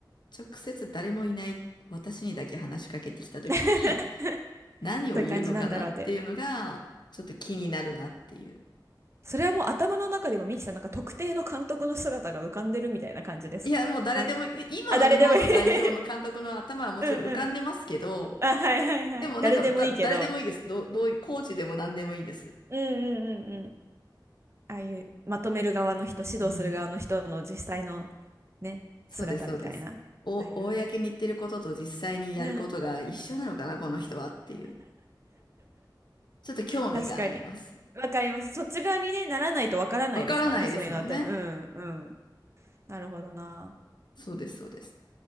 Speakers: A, on the left (about 70°); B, on the right (about 35°).
A: 直接誰もいない私にだけ話しかけてきた時に
B: <laughs>
A: 何を言うのかなっていうのがちょっと気になるなっていう。
B: という感じなんだろうとそれはもう頭の中でもミキさんなんか特定の監督の姿が浮かんでるみたいな感じですかあの、
A: いやもう誰でも今の日本の代表の監督の頭はもちろん浮かんでますけど、
B: あ、誰でもいい <laughs> うんうん。あ、はいはいはい。
A: でもなんか、
B: 誰でもいいけど。
A: だ、誰でもいいです。どう、どういコーチでも何でもいいです。
B: うんうんうんうん。ああいうまとめる側の人、指導する側の人の実際の
A: うん。
B: ね、
A: そうです、
B: 姿みたいな。
A: そうです。お、
B: はいはい。
A: 公に言ってることと実際にやることが一緒なのかな、
B: うん。
A: この人はっていう。ちょっと興味があります。
B: 確かに。わかります。そっち側にね、ならないとわからないですからね、
A: わからないですもんね。
B: そういうのって。うんうん。なるほどな。
A: そうです、そうです。